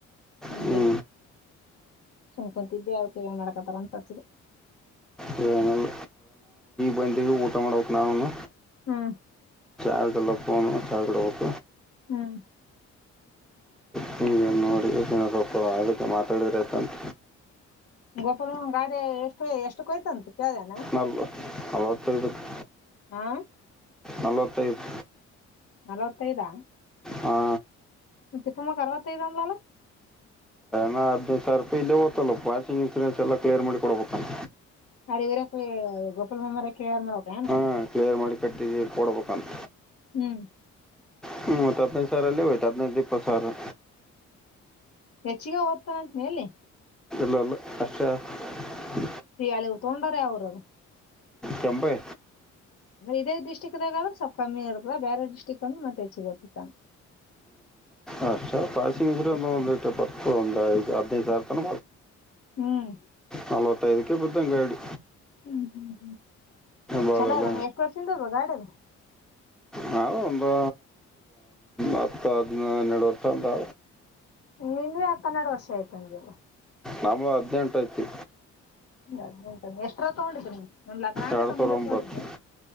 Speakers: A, on the left (about 50°); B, in the centre.
A: ಹುಂಡೆ
B: ಹ್ಞೂ
A: ಸುಮ್ ಕುಂತಿದ್ಯ ಅದಕ್ಕೆ ಏನ್ ಮಾಡಾಕತ್ತಾರಂತೆ ಹಚ್ಚಿದೆ.
B: ಹ ಬಂದವಿ ಊಟ ಮಾಡಬಕು ನಾವನು
A: ಹ್ಮ್
B: ಆದಲ್ಲ ಫೋನ್ ಚಾರ್ಜ್ ಇಡಬೇಕು.
A: ಹ್ಮ್
B: ಹ ನೋಡಿ ಸ್ವಲ್ಪ ಅದಕ್ ಮಾತಾಡಿದ್ರ ಆಯ್ತಂತ
A: ಗೋಪಾಲ ಗಾಡಿ ಎಷ್ಟು ಎಷ್ಟು ಕೊಯ್ತಂತ ಕೇಳೇಲೆನ
B: ನಲ್ವ ನಲವತ್ತೈದಕ್ಕೆ
A: ಆ
B: ನಲವತ್ತೈದು
A: ನಲವತ್ತೈದ
B: ಹಾ
A: ತಿಪ್ಪಮ್ಮಕ್ ಅರವತೈದ ಅಂದಲಲ
B: ನ ಹದನೈದು ಸಾವಿರ ರೂಪಾಯಿ ಇಲ್ಲೇ ಹೋತಲ್ಲ ಪಾಸಿಂಗ್ ಇನ್ಸೂರೆನ್ಸ್ ಎಲ್ಲ ಕ್ಲಿಯರ್ ಮಾಡಿ ಕೊಡ್ಬೇಕಂತ
A: ಅರಿ ಇರ ಗೋಪಲ್ <unintelligible> ಮರಕ್ಕೆ ಯಾರ ಮಾಡಕ
B: ಹ ಕ್ಲಿಯರ್ ಮಾಡಿ ಕಟ್ಟಿ ಕೊಡಬೇಕಂತ
A: ಹ್ಮ್
B: ಹ್ಮ್ ಮತ್ ಹದಿನೈದು ಸಾವರಲ್ಲಿ ಹಯ್ತ ಹದನೈದು ಇಪ್ಪತ್ತು ಸಾವಿರ
A: ಹೆಚ್ಚಿಗೆ ಓದ್ತಾ ಅಂತ ಎಲ್ಲಿ
B: ಬಲ್ <unintelligible>
A: ಸಿ ಅಲ್ಲಿ ಉ ತೊಂಡರ ಯಾವ್ ಊರರ
B: ಕೆಂಪೈ
A: ಇದೇ ಡಿಸ್ಟಿಕ್ ದಾಗ ಸ್ವಲ್ಪ ಕಮ್ಮಿ ಇರತ್ತಲಾ ಬೇರೆ ಡಿಸ್ಟಿಕ್ ಅಂದ ಮತ್ತೆ ಹೆಚ್ಚಿಗೆ ಅಗತತ
B: ಅ ಪಾಸಿಂಗ್ ಒಂದು ಒಂದುತ್ತು ಒಂದು ಐದು ಹದನೈದು ಸಾವಿರ ತನ
A: ಹ್ಮ್
B: ನಲವತ್ತೈದುಕ್ಕೆ ಬ್ದಂಗಡಿ
A: ಹ್ಮ್ ಹ್ಮ್ ಹ್ಮ್
B: ಭಾಳಲ್ಲ
A: ಚಲೋ ಅ ಎಷ್ಟು ವರ್ಷಿಂದ ಅದ ಗಾಡಿದ
B: ಹಾ ಒಂದು ಹತ್ತು ಹದಿನ ಹನ್ನೆರಡು ವರ್ಷ ಅಂತಾ
A: ನಿಂದ ಹತ್ತ ಹನ್ನೆರಡು ವರ್ಷ ಆಯ್ತು ನಂಗೆವ
B: ನಮ್ಮ ಹದನೆಂಟು ಐತಿ
A: ಇಲ್ಲ ಹದಿನೆಂಟು ಎಷ್ಟರ ತಗೊಂಡಿದ್ರ ನಮ ಲಗ್ನ ಆಗಕಿತ
B: ಎರಡು ಸಾವಿರ
A: ಮುಂದೆ
B: ಒಂಬತ್ತು
A: ತಗೊಂಡಿದ್ದಲ್ಲ